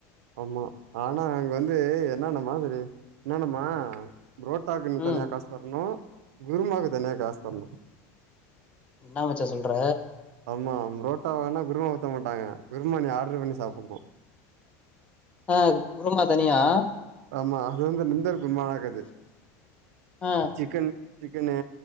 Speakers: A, on the right (about 80°); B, on the left (about 15°).
A: ஆமா ஆனா அங்க வந்து என்னன்ன மாதிரி என்னன்னம்மா புரோட்டாக்கு நீ
B: ம்
A: தனியா காஸ்தர்ணு குர்மாக்கு தனியா காஸ்தர்ணு
B: இன்னா மச்சா சொல்ற
A: ஆமா ப்ரோட்டா வாங்னா குருமா ஊத்த மாட்டாங்க குருமா நீ ஆட்ரு பண்ணி சாப்புண்ணு.
B: அ குருமா தனியா?
A: ஆமா அது வந்து நிந்தர் குருமாவாக்காது.
B: ஆ
A: கன் சிக்கன் சிக்கனு